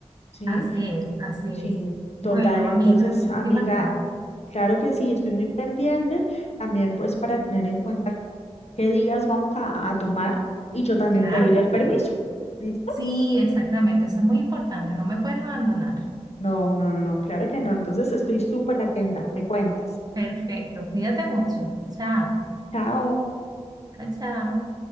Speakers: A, on the left (about 60°); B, on the right (about 35°).
A: ¿sí?
B: Así es, así
A: Sí,
B: es.
A: total.
B: Bueno,
A: Entonces,
B: amiga,
A: amiga,
B: muchísimas gracias.
A: claro que sí, estoy muy pendiente también pues para tener en cuenta qué días vamos a, a tomar y yo también
B: Claro
A: pedir
B: que
A: el permiso,
B: sí.
A: ¿listo?
B: Sí, exactamente, eso es muy importante, no me puedes abandonar.
A: No, no, no, no, claro que no. Entonces, estoy súper atenta, me cuentas.
B: Perfecto, cuídate mucho. Chao.
A: Chao.
B: Chao, chao.